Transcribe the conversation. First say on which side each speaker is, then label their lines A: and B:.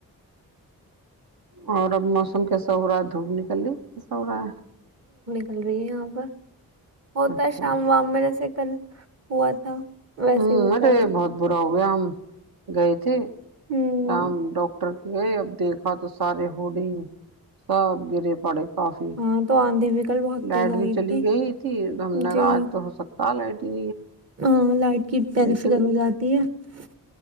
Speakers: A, on the right (about 70°); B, on the right (about 40°).
A: اور اب موسم کیسا ہو رہا ہے دھوپ نکلنی ساورا
B: چل بی ہے یہاں پر ہوتا ہے
A: اچھا
B: شم وام میں سے ہوا تھا ویسے
A: ہوں
B: ہی ہوتا
A: میںرے
B: ہے
A: بہت برا ہو وہ ہم گئےتی
B: ہ
A: شام ڈاکٹر گئے اب دیکھا تو سارے ہوڈنگ سب گرے پڑے کافی
B: ہاں تو آی بھی کل بہت
A: لائٹ
B: تیز آئی
A: بھی چلی
B: تھی
A: گئی تھی ہم نے
B: جی
A: کہا آج تو ہو سکتا لائٹ <inaudible>
B: ہاں لائٹ کی پیرف
A: لیکن
B: سے کرنی جاتی ہے ہ <inaudible>